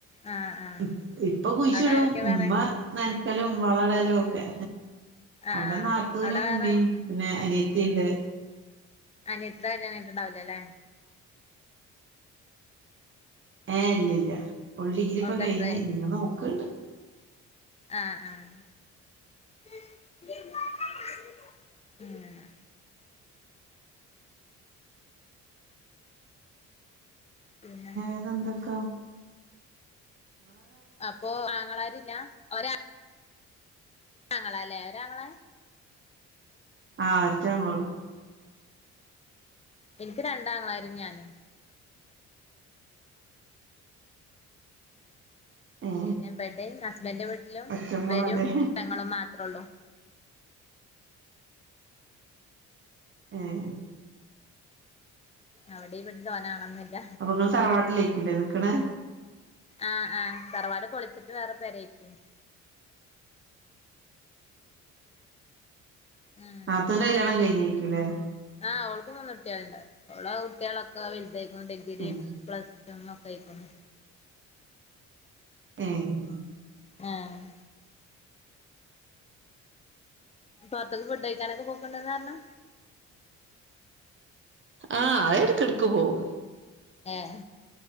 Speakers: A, on the left; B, on the right.
A: ആഹ് ആഹ്
B: ഇ ഇപ്പ കുഴ്‌ചിടും
A: അവിടെ ആരൊക്കെ വേറെ
B: ഇമ്മ ന്നൻക്കലും വളടലും ഒക്കെ
A: ആഹ്
B: അവിടെ നാത്തൂനുമ്മീം
A: അവിടെ വേറെ ആര്
B: പിന്നെ അനിയത്തിണ്ട്
A: അനിയത്ത് ടെ കല്യാണം കഴിഞ്ഞിട്ട് ണ്ടാവൂലല്ലേ
B: ഏഹ് ഇല്ലില്ല ഓള് ഡിഗ്രി
A: അവൾക്ക്
B: ഇപ്പ കഴിഞ്ഞ്
A: എത്രയാ
B: ഞ്ഞിങ്ങ നോക്ക്ണ്ട്
A: ആഹ് ആഹ് <unintelligible> അങ്ങനെ പിന്നെ
B: ന്നെന്തെക്കെ
A: അപ്പോ ആങ്ങളാരില്ലാ, ഒരാ ആങ്ങളാ ലേ, ഒരാങ്ങളെ?
B: ആഹ് ഒറ്റൊന്നൊള്ളൂ
A: ഇൻക്ക് രണ്ടാങ്ങളാരും ഞാനും.
B: ഏ
A: പിന്നെ വടെം, ഹസ്ബൻഡ്ന്റെ വീട്ടിലും,
B: ഒറ്റമോളല്ലേ
A: ഇവരും പെങ്ങളും മാത്രൊള്ളു.
B: ഏഹ്
A: അവടിം ഇവടിം തോനാളൊന്നൂല്ല.
B: നിങ്ങള് തറവാട്ടിലെയ്ക്കുലേ നിക്ക്ണെ
A: ആഹ് ആഹ്, തറവാട് പൊളിച്ചിട്ട് വേറെ പെരെയ്റ്റീണ്. ഉം
B: നാത്തൂന്റെ കല്ല്യാണം കയ്ഞ്ഞേക്കുലേ
A: ആഹ് ഓൾക്ക് മൂന്നുട്ട്യാള്ണ്ട്. ഓളെ ആ കുട്ട്യാളൊക്കെ വൽതായ് ഡിഗ്രിം,
B: ഉം
A: പ്ലസ്ടും ഒക്കെ അയ്ക്ക്ണു.
B: ഏഹ്
A: ഏഹ് പൊർത്ത്ക്ക് ഫുഡ്ഡയ്ക്കാനൊക്കെ പോക്ക്ണ്ട് ന്നാ പർഞ്ഞെ
B: ആഹ് അതെട്ക്കട്ക്ക് പോവും.
A: ഏഹ്,